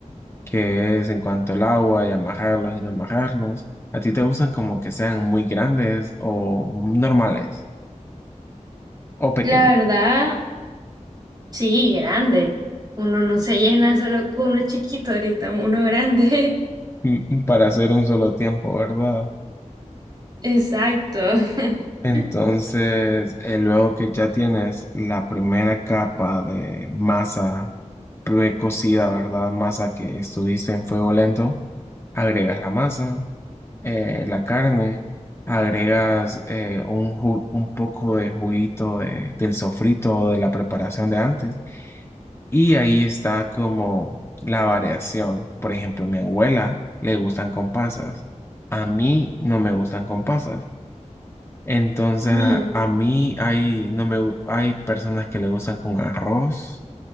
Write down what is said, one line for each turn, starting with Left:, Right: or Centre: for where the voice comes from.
Left: que es en cuanto al agua y amajarlos y no amajarlos. ¿A ti te gustan como que sean muy grandes o normales o pequeños
Right: La verdad, sí, grande. Uno no se llena solo con uno chiquito ahorita, uno grande.
Left: <laughs> para hacer un solo tiempo, ¿verdad?
Right: <laughs> Exacto. <laughs>
Left: Entonces, eh, luego que ya tienes la primera capa de masa precocida, ¿verdad? Masa que estuviste en fuego lento. agregas la masa, eh, la carne, agregas eh, un, ju- un poco de juguito de- del sofrito o de la preparación de antes y ahí está como la variación. Por ejemplo, mi abuela le gustan con pasas, a mí no me gustan con pasas. Entonces,
Right: Mm.
Left: a a mí hay, no me, gu- hay personas que le gustan con arroz.